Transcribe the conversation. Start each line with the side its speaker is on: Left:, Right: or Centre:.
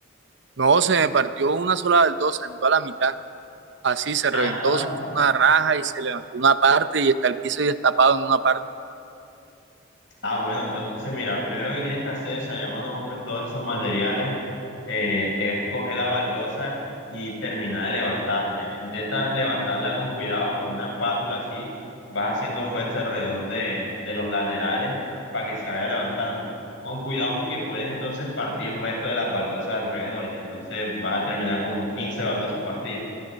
Right: No, se me partió una sola del dos, se entró a la mitad. Así se
Left: Ah,
Right: reventó,
Left: en toda la
Right: se
Left: mitad.
Right: hizo una raja y se levantó una parte y está el piso destapado en una parte.
Left: Ah, bueno, entonces mira, lo primero que tienes que hacer, o sea, ya cuando compres todos esos materiales, eh, es coger la baldosa y terminar de levantarla. ya. Intenta levantarla con cuidado, con una espátula así, vas haciendo fuerza alrededor de, de los laterales para que se vaya levantando. Con cuidado porque puedes entonces partir el resto de las baldosas alrededor, ya. Entonces vas a terminar con 15 baldosas partidas.